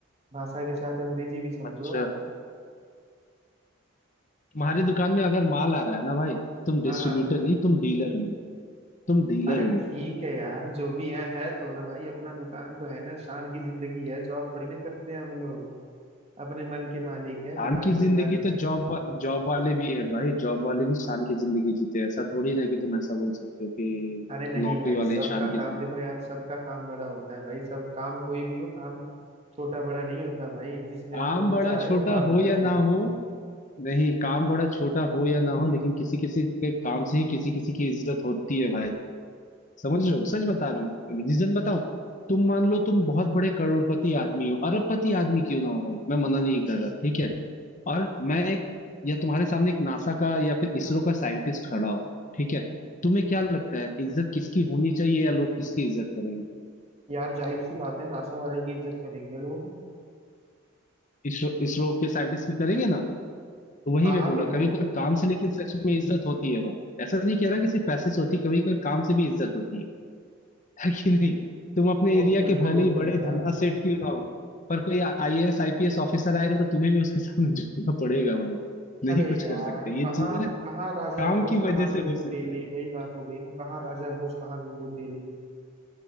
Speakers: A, on the right; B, on the left.
A: भाषा के साथ अंग्रेजी भी समझो
B: हूँ अच्छा
A: आप
B: तुम्हारे दुकान में अगर माल आ रहा है ना भाई तो तुम डिस्ट्रीब्यूटर
A: हाँ हाँ
B: नहीं तुम डीलर हो तुम डीलर
A: अरे
B: हुए
A: ठीक है यार जो भी है है तो ना भाई अपना दुकान तो है ना शान की जिंदगी है जॉब थोड़ी ना करते हैं हम लोग अपने मन के मालिक हैं
B: शान
A: दुकान
B: की
A: के
B: जिंदगी
A: मालिक
B: तो जॉब वा, जॉब वाले भी है भाई जॉब वाले भी शान की जिंदगी जीते हैं ऐसा थोड़ी ना कि तुम ऐसा बोल सकते हो कि
A: अरे नहीं
B: नौकरी
A: भाई
B: वाले
A: सबका
B: ही शान की
A: काम
B: जिंदगी
A: देखो यार सबका काम बड़ा होता है भाई सब काम कोई भी हो काम छोटा बड़ा नहीं होता भाई जिसमें
B: काम
A: आपको
B: बड़ा
A: मजा आए
B: छोटा
A: वो काम होना
B: हो या
A: चाहिए
B: ना हो नहीं काम बड़ा छोटा हो या ना हो लेकिन किसी किसी के काम से ही किसी किसी की इज्जत होती है भाई समझ रहे हो सच बता रहा हूँ रीजन बताऊं तुम मान लो तुम बहुत बड़े करोड़पति आदमी हो अरबपति आदमी क्यों ना हो भाई मैं मना नहीं कर रहा ठीक है और मैं एक या तुम्हारे सामने एक नासा का या फिर इसरो का साइंटिस्ट खड़ा हो ठीक है तुम्हें क्या लगता है इज्जत किसकी होनी चाहिए या लोग किसकी इज्जत करेंगे
A: यार जाहिर सी बात है नासा वाले की इज्जत करेंगे लोग
B: इसरो इसरो के साइंटिस्ट की करेंगे ना तो वही
A: हाँ
B: मैं
A: हाँ
B: बोला
A: बिल्कुल
B: कभी कभी काम से लेकिन सच में इज्जत होती है भाई ऐसा नहीं कह रहा कि सिर्फ पैसे से होती कभी कभी काम से भी इज्जत होती है है कि नहीं तुम अपने
A: वो
B: एरिया
A: तो बिल्कुल
B: के भले
A: होती
B: ही बड़े
A: है यार
B: धन्ना सेठ क्यों ना हो पर कोई आईएएस आईपीएस ऑफिसर आएगा तो तुम्हें भी उसके सामने झुकना पड़ेगा भाई नहीं
A: अरे
B: कुछ
A: यार
B: कर सकते ये
A: कहाँ
B: चीजें ना
A: कहाँ राजा
B: काम
A: भोज
B: की
A: कहाँ
B: वजह
A: गंगू
B: से हो सकता
A: तेली
B: है
A: वही बात हो गई ना कहाँ राजा भोज कहाँ गंगू तेली